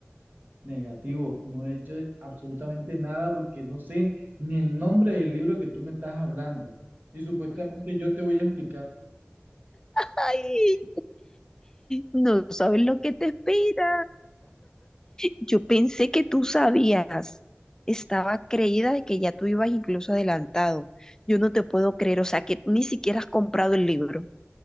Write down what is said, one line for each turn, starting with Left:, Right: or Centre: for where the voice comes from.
Right: Negativo, no he hecho absolutamente nada porque no sé ni el nombre del libro que tú me estás hablando. Y supuestamente yo te voy a explicar
Left: Ay, no sabes lo que te espera. Yo pensé que tú sabías. Estaba creída de que ya tú ibas incluso adelantado. Yo no te puedo creer, o sea que ni siquiera has comprado el libro.